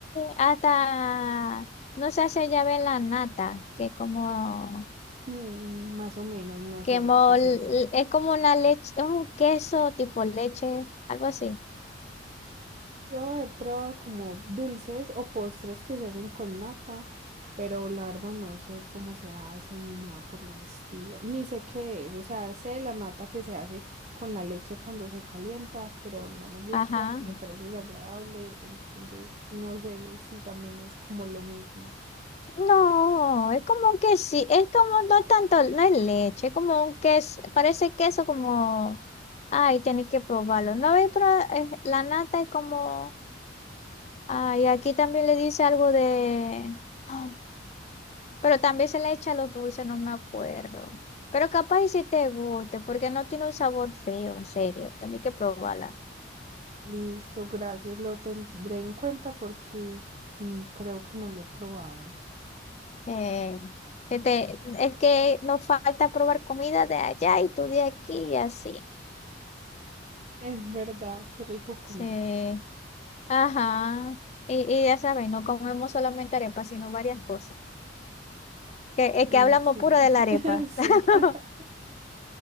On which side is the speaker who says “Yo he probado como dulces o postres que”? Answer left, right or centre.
Right